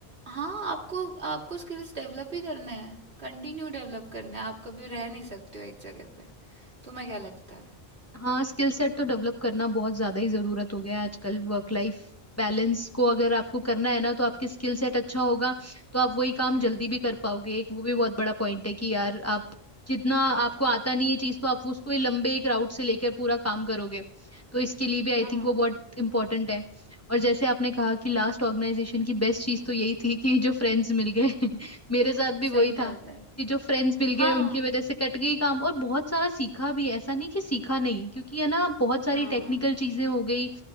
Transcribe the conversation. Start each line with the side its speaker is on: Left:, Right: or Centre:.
Right: हाँ आपको आपको स्किल्स डेवलप ही करने हैं कंटिन्यू डेवलप करने हैं आप कभी रह नहीं सकते हो एक जगह पे तुम्हें क्या लगता है
Left: हाँ स्किल सेट तो डेवलप करना बहुत ज्यादा ही जरूरत हो गया है आजकल वर्क लाइफ बैलेंस को अगर आपको करना है ना तो आपकी स्किल सेट अच्छा होगा तो आप वही काम
Right: हम्म
Left: जल्दी भी कर पाओगे एक वो भी बहुत बड़ा पॉइंट है कि यार आप जितना आपको आता नहीं है चीज तो आप उसको ही लंबे एक राउट से लेकर पूरा काम करोगे तो इसके लिए भी आई
Right: हाँ
Left: थिंक वो बहुत इंपॉर्टेंट है और जैसे आपने कहा कि लास्ट ऑर्गेनाइजेशन की बेस्ट चीज तो यही थी कि जो फ्रेंड्स मिल गए <laughs> मेरे साथ भी वही
Right: सही बात
Left: था
Right: है
Left: कि जो फ्रेंड्स मिल गए
Right: हाँ
Left: उनकी वजह से कट गई काम और बहुत सारा सीखा भी ऐसा नहीं कि सीखा नहीं क्योंकि है ना बहुत सारी
Right: हाँ
Left: टेक्निकल चीजें हो गई